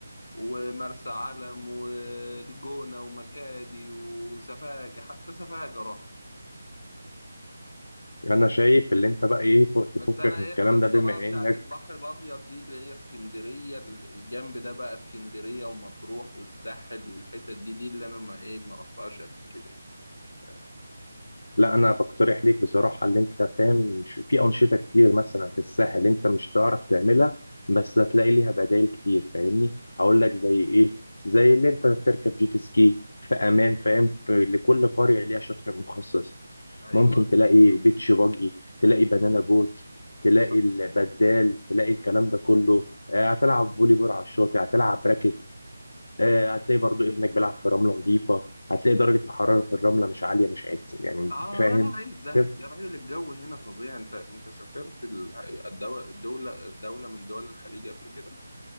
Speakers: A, on the left; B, on the left.
A: ومرسى علم والجونه ومكادي وسفاجه حتى سفاجه رحت
B: انا شايف اللي انت بقى ايه فوق تفكك
A: بس انا
B: من
A: ايه
B: الكلام
A: القصه
B: ده بما
A: بقى بتاعت
B: انك
A: البحر الابيض دي اللي هي اسكندريه ال- الجنب ده بقى اسكندريه ومطروح والساحل والحتت دي دي اللي انا ما ايه ما رحتهاش قبل كده ايه فاهم
B: لا انا بقترح ليك بصراحه اللي انت فاهم ش- في انشطه كتير مثلا في الساحل انت مش هتعرف تعملها بس هتلاقي ليها بدائل كتير فاهمني اقول لك زي ايه زي اللي انت تركب جيت سكي في امان فاهم في لكل قريه ليها شاطئ مخصص
A: ايوه
B: ممكن تلاقي
A: بالظبط
B: بيتش باجي تلاقي بنانا بوت تلاقي
A: صح
B: البدال تلاقي الكلام ده كله آه، هتلعب فولي بول على الشاطئ هتلعب راكت آه، هتلاقي برضو ابنك بيلعب في رملة نظيفة هتلاقي درجة الحرارة في الرملة مش عالية مش عادية يعني
A: اه
B: أنت فاهم
A: انا عايز ده
B: طب،
A: يا راجل الجو هنا فظيع انت انت سافرت ال- الدو- الدوله دوله من دول الخليج قبل كده